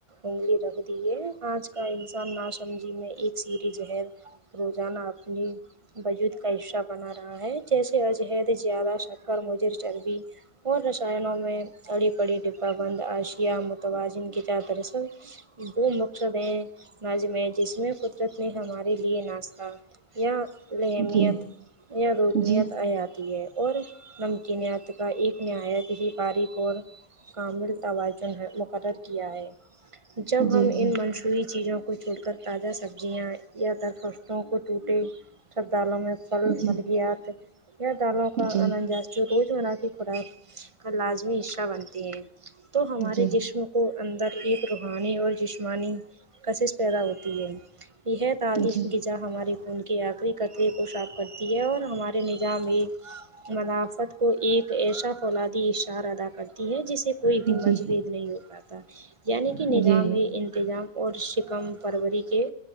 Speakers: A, on the right; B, on the right.
A: انگلی رکھ دی ہے آج کا انسان ناسمجی میں ایک سیریز رہے روزانہ اپنی وجود کا حشش بنا رہا ہے جیسے عجہد زیادہ شک اور مجھے چربی اور رشائنوں میں اڑی پڑی ڈبہ بند آشیا متوازن کی چار طرف سے دو مقصد ہے نظم جس میں قدرت نے ہمارے لیے ناشتا یا اہمیت
B: جی
A: یا وہ روبنیت
B: جی
A: آجا تی ہے اور نمکنت کا ایک نہایت ہی باریک اور کامل تاوا ز مقرر کیا ہے جب
B: جی
A: ہم
B: جی
A: ان منشوعی چیزوں کو چھوڑ کر تازہ سبزیاں یا درخشستوں کو ٹوٹی سب دالوں میں پھل
B: جی
A: ملگیات یا دالوں کا
B: جی
A: مشجو رو کی خوراک کا لازمی حصہ بنتے ہیں تومعصوم ہمارے
B: جی
A: جشم کو اندر ایک روحانی اور جشمانی کشش پیدا ہوتی ہے یہ ہی تالش
B: جی
A: جہاں ہماری خون کے آخری قتریے کو صاف کرتی ہے اور ہمارے نظام بھی منافت کو ایک ایشا فولا اشار ادا کرتی ہے جسے کوئی
B: جی
A: بھی مرض بید نہیں ہو پاتا یعنی کہ
B: جی
A: نظام
B: جی
A: یے انتظام اور شکم فروری کے